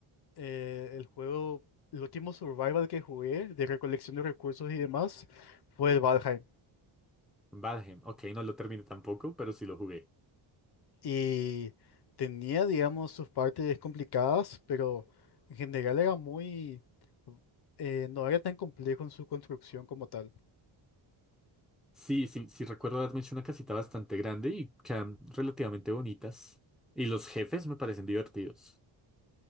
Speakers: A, on the left; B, in the centre.
A: eh, el juego, el último survival que jugué de recolección de recursos y demás fue el Valheim.
B: Valheim, ok, no lo terminé tampoco, pero sí lo jugué.
A: Y tenía, digamos, sus partes complicadas, pero en general era muy... eh, no era tan complejo en su construcción como tal.
B: Sí, sí, sí recuerdo haberme hecho una casita bastante grande y quedan relativamente bonitas. Y los jefes me parecen divertidos.